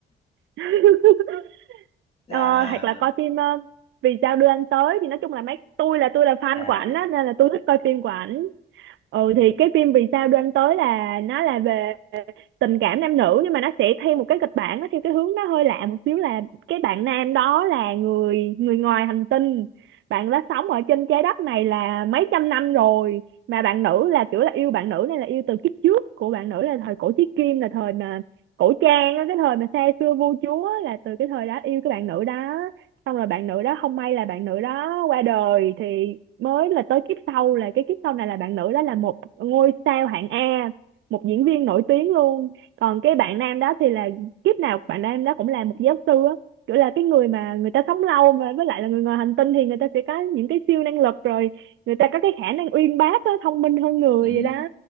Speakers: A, on the right; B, on the left.
A: <laughs>
B: là
A: Ờ, hoặc là coi phim ờ, vì sao đưa anh tới thì nói chung là mấy tôi là tôi là fan
B: à
A: của ảnh
B: vì
A: á nên là tôi thích coi phim của ảnh ừ
B: ừ.
A: thì cái phim vì sao đưa anh tới là nó là về tình cảm nam nữ nhưng mà nó sẽ theo một cái kịch bản nó theo cái hướng nó hơi lạ một xíu là cái bạn nam đó là người người ngoài hành tinh bạn đã sống ở trên trái đất này là mấy trăm năm rồi mà bạn nữ là kiểu là yêu bạn nữ này là yêu từ kiếp trước của bạn nữ là thời cổ chí kim là thời mà cổ trang á, cái thời mà xa xưa vua chúa là từ cái thời đó yêu cái bạn nữ đó xong rồi bạn nữ đó không may là bạn nữ đó qua đời thì mới là tới kiếp sau là cái kiếp sau này là bạn nữ đó là một ngôi sao hạng A một diễn viên nổi tiếng luôn còn cái bạn nam đó thì là kiếp nào bạn nam đó cũng là một giáo sư á kiểu là cái người mà người ta sống lâu mà với lại là người ngoài hành tinh thì người ta sẽ có những cái siêu năng lực rồi người ta có cái khả năng uyên bác á thông minh hơn người
B: Ừ.
A: vậy đó